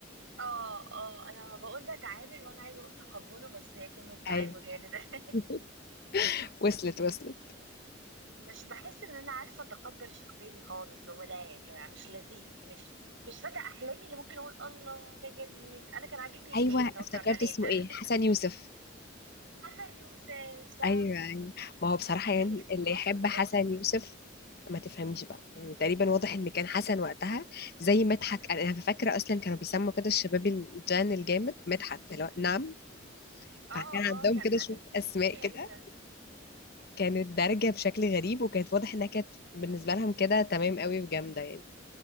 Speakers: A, on the right; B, on the left.
A: اه اه انا بقول بتعامل وانا عايزه اقول تقبله بس هي كلمه تعامل
B: أيوة
A: هي اللي ده <laughs>
B: <laughs> وصلت وصلت
A: مش بحس ان انا عارفه اتقبل شخصيتي خالص ولا يا جماعه مش لذيذ مش مش فتى احلامي اللي ممكن اقول الله ده جميل انا كان عاجبني التاني
B: أيوة
A: اللي هو
B: افتكرت
A: بتاع البنات
B: اسمه
A: ده
B: ايه حسن يوسف
A: حسن يوسف صح
B: ايوه ايوه ما هو بصراحه
A: ازاي
B: يعني
A: اسمه
B: اللي
A: حسن
B: يحب
A: وباباه
B: حسن
A: اسمه يوسف
B: يوسف ما تفهميش بقى يعني تقريبا واضح ان كان حسن وقتها زي مدحت انا أنا فاكره اصلا كانوا بيسموا كده الشباب الجان الجامد مدحت اللي هو نعم
A: اه
B: فكان
A: اه
B: عندهم
A: كان
B: كده
A: اسامي
B: شويه اسماء كده
A: غريبه
B: كانت دارجه بشكل غريب وكانت واضح انها كانت بالنسبه لهم كده تمام قوي وجامده يعني